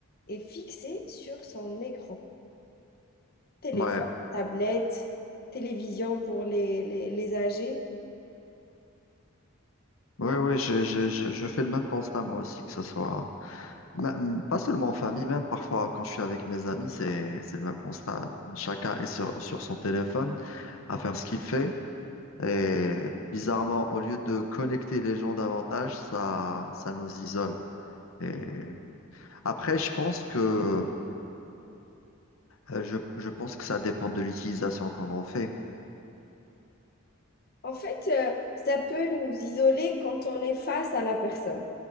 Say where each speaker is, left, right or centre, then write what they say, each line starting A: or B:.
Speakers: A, on the left; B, on the left.
A: est fixé sur son écran. Téléphone,
B: ouais,
A: tablette, télévision pour les, les, les âgés.
B: ouais, ouais, je, je, je, je fais le même constat moi aussi, que ce soit même- pas seulement en famille, même parfois quand je suis avec mes amis, c'est, c'est le même constat. Chacun est sur, sur son téléphone à faire ce qu'il fait. Et bizarrement, au lieu de connecter les gens davantage, ça, ça nous isole. Et après, je pense que, euh, je, je pense que ça dépend de l'utilisation qu'on en fait.
A: En fait, euh, ça peut nous isoler quand on est face à la personne.